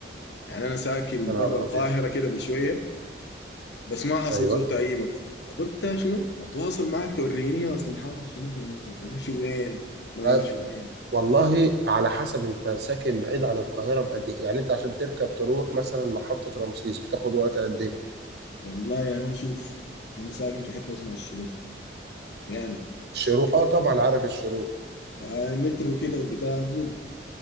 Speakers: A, on the left; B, on the right.
A: يعني أنا ساكن
B: يا نهار
A: برا القاهرة
B: ابيض
A: كده بشوية بس ما حصل
B: ايوه
A: زرت أي مكان فقلت شنو أتواصل معك توريني أصل الحاصل شنو في مصر يمشي وين ما
B: طيب
A: يمشي وين
B: والله على حسب انت ساكن بعيد عن القاهره بقد ايه يعني انت عشان تركب تروح مثلا محطه رمسيس بتاخد وقت قد ايه
A: والله يا مان شوف أنا ساكن في حتة اسمها الشروق يعني
B: الشروق
A: مت-
B: اه طبعا عارف الشروق
A: آه، مترو كده وبتاع أقول